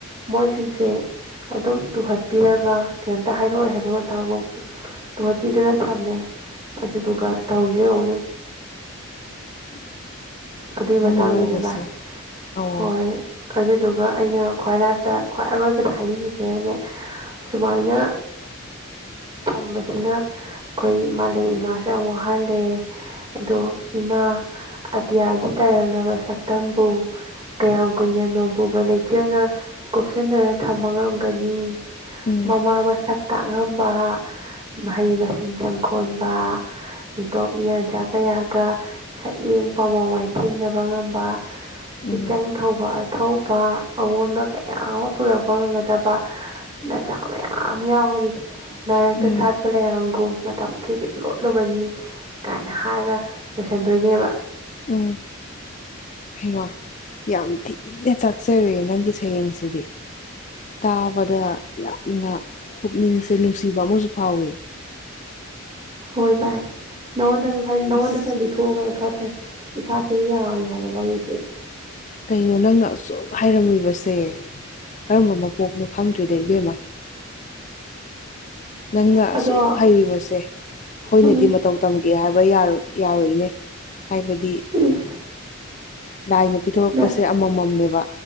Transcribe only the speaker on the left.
<inaudible>
ꯃꯤꯑꯣꯏꯕꯁꯦ
ꯑꯧ
<unintelligible>
ꯎꯝ
ꯎꯝ
ꯎꯝ
ꯎꯝ ꯍꯩꯃ ꯌꯥꯝ ꯊꯤꯅ ꯆꯛ ꯆꯔꯦ ꯅꯪꯒꯤ ꯁꯩꯔꯦꯡꯁꯤꯗꯤ ꯇꯥꯕꯗ ꯌꯥꯝꯅ ꯄꯨꯛꯅꯤꯡꯁꯦ ꯅꯨꯡꯁꯤꯕ ꯑꯃꯁꯨ ꯐꯥꯎꯋ
ꯑꯁ
ꯀꯩꯅꯣ ꯅꯪꯅ ꯑꯁꯨꯛ ꯍꯥꯏꯔꯝꯂꯤꯕꯁꯦ ꯀꯔꯝꯕ ꯃꯄꯣꯛꯅꯣ ꯈꯪꯗ꯭ꯔꯤꯗ ꯏꯕꯦꯝꯃ ꯅꯪꯅ
ꯑꯁꯨꯛ ꯍꯩꯔꯤꯕꯁꯦ ꯑꯩꯈꯣꯏꯅꯗꯤ
ꯃꯇꯧ ꯇꯝꯒꯦ ꯍꯥꯏꯕ ꯌꯥꯔꯣꯏꯏꯅꯦ ꯍꯥꯏꯕꯗꯤ
ꯂꯥꯏꯅ ꯄꯤꯊꯣꯔꯛꯄꯁꯦ
ꯑꯃꯃꯝꯅꯦꯕ